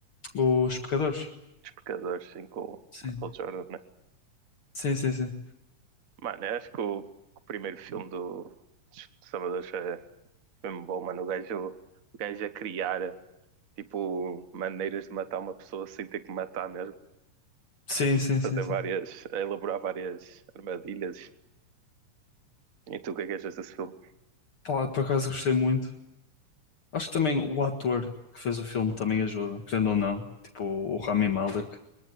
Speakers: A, on the left; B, on the right.
A: Os Pecadores.
B: Os Pecadores, sim, com o
A: Sim.
B: Michael Jordan, né?
A: Sim, sim, sim.
B: Mano, eu acho que o, que o primeiro filme do, dos Amadores é, foi mesmo bom, mano. O gajo, o gajo a criar, tipo, maneiras de matar uma pessoa sem ter que matar mesmo.
A: Sim, sim, sim,
B: Fazer
A: sim.
B: várias, a elaborar várias armadilhas. E tu, o que é que achas desse filme?
A: Pá, por acaso gostei muito. Acho que também o ator que fez o filme também ajuda, querendo ou não. Tipo, o Rami Malek.